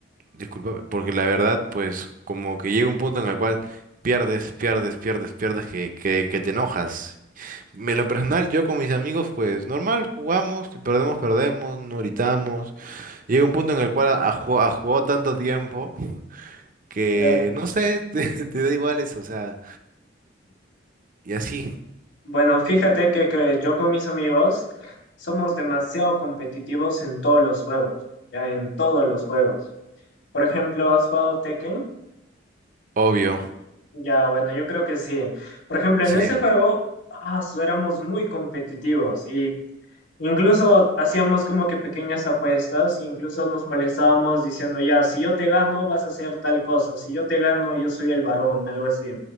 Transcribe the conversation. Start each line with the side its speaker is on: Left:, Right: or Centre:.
Right: disculpa, porque la verdad, pues como que llega un punto en el cual pierdes, pierdes, pierdes, pierdes, que, que, que te enojas. En lo personal, yo con mis amigos, pues normal, jugamos, si perdemos, perdemos, no gritamos. Llega un punto en el cual ha, jugado tanto tiempo. que
Left: mira.
Right: no sé, <laughs> te, te da igual eso, o sea, y así.
Left: Bueno, fíjate que, que yo con mis amigos somos demasiado competitivos en todos los juegos, ya en todos los juegos. Por ejemplo, ¿has jugado Tekken?
Right: Obvio,
Left: Ya, bueno, yo creo que sí. Por ejemplo, en
Right: sí,
Left: ese juego, ah, su, éramos muy competitivos y Incluso hacíamos como que pequeñas apuestas, incluso nos molestábamos diciendo, ya, si yo te gano, vas a hacer tal cosa, si yo te gano, yo soy el varón, algo así,